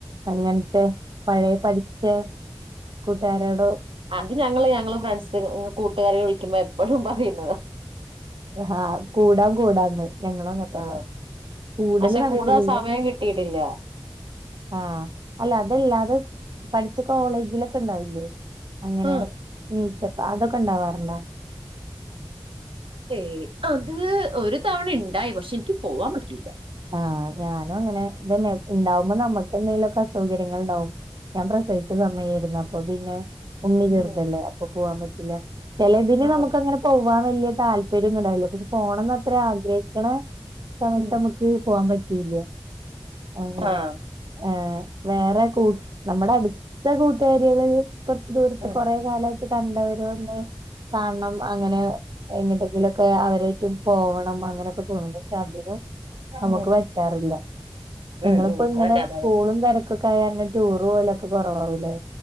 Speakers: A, on the right; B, on the right.
A: അങ്ങനത്തെ പഴയ പഠിച്ച കൂട്ടുകാരോടോ.
B: അത് ഞങ്ങള് ഞങ്ങള് ഫ്രണ്ട്സ് കൂട്ടുകാരെ വിളിക്കുമ്പോ എപ്പോഴും പറയുന്നത.
A: ആഹാ കൂടാം കൂടാംന്ന്. ഞങ്ങളും അങ്ങതന്നെ
B: ആ
A: കൂടല്
B: പക്ഷെ
A: നടക്കലില്ല.
B: കൂടാൻ സമയം കിട്ടിയിട്ടില്ല
A: ആഹ അല്ല അതല്ലാതെ. പഠിച്ച കോളേജിലൊക്കെ ണ്ടാവില്ലേ അങ്ങനെ.
B: ആ
A: പ്പ അതൊക്കെ ഇണ്ടാവാറുണ്ടാ.
B: ഏയ് അത് ഒരു തവണ ഇണ്ടായി പക്ഷെ ഇനിക്ക് പോവാൻ പറ്റിലാ.
A: ആഹ ഞാനും അങ്ങനെതനെ പിന്നെ. <unintelligible> ഇണ്ടാവുമ്പോ നമ്മുക്ക് എന്തെങ്കിലൊക്കെ അസൗകര്യങ്ങൾ ഇണ്ടാവും ഞാൻ പ്രസവിച്ച സമയെയിരുന്നു അപ്പൊ. അപ്പോ പിന്നെ ഉണ്ണി ചെറുതല്ലേ
B: ഉം
A: അപ്പൊ പോവാൻ പറ്റില്ല, ചിലതിന്
B: ആഹ്
A: നമുക്ക് അങ്ങനെ പോവാൻ വലിയ. താല്പര്യോന്നും ഉണ്ടാവില്ല പക്ഷെ പോണന്നത്ര ആഗ്രഹിക്കണ സമയത്ത്
B: ഉം
A: നമുക്ക്. പോകാൻ പറ്റില്യ. അങ്ങനെ
B: ആഹ്
A: ഏ വേറെ കൂ നമ്മുടെ അടു. ത്ത കൂട്ടാര്യേള്. കൊറച് ദൂരത്ത്
B: ഉം
A: കൊറെേ കാലായിട്ട് കണ്ടവരൊന്ന് കാണണം അങ്ങനെ എങ്ങട്ടെങ്കിലൊ. ക്കെ അവരായിറ്റും പോവണം അങ്ങനെയൊക്കെ തോന്നും പക്ഷെ അതിനും. നമുക്ക്
B: ഉം
A: പറ്റാറില്ല നിങ്ങളിപ്പോ
B: ഉം ഉം
A: ഇങ്ങനെ
B: അതന്നെ അതന്നെ
A: സ്കൂളും കാ. ക്കൊക്കെയാൽ ടൂറ് പോവലൊക്കെ കൊറവാവുലേ